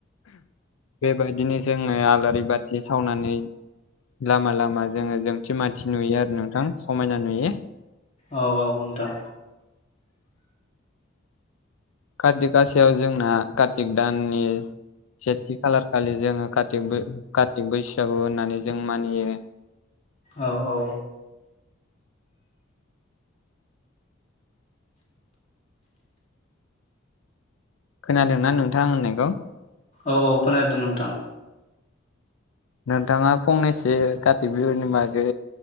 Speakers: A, on the left; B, on the left.
A: बेबायदिनो जोङो आलारि बाथि सावनानै लामा लामा जोङो जोंथि मानथि नुयो आरो नोंथां समायना नुयो
B: औ औ नोंथां
A: कार्तिक गासियाव जोंना कार्तिक दाननि सेथि खालार खालि जोङो क कार्तिक बैसागु होननानै जों मानियो
B: औ औ।
A: खोनादोंना नोंथां आं होननायखौ
B: औ औ खोनादों नोंथां
A: नोंथाङा फंनैसो काति बिहुनि बागै